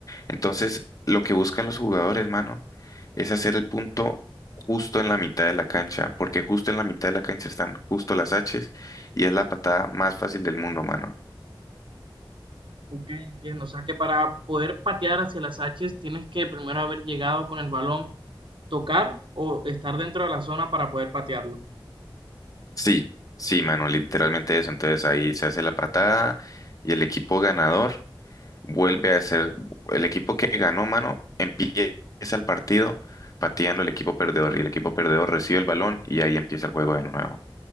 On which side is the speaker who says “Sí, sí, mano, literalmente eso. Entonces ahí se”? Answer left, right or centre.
Left